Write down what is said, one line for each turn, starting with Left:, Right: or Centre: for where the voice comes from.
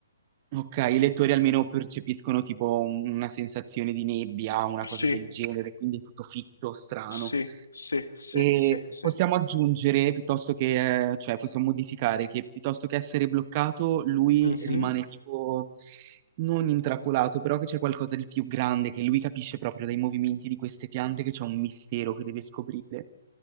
Right: Ok, i lettori almeno percepiscono tipo un- una sensazione di nebbia, una
Left: Sì,
Right: cosa del genere, quindi è tutto fitto, strano.
Left: sì, sì, sì,
Right: E
Left: sì, sì.
Right: possiamo aggiungere, piuttosto che, eh, cioè possiamo modificare, che piuttosto che essere bloccato, lui
Left: Mhm.
Right: rimane tipo non intrappolato, però che c'è qualcosa di più grande, che lui capisce proprio dai movimenti di queste piante che c'è un mistero che deve scoprire.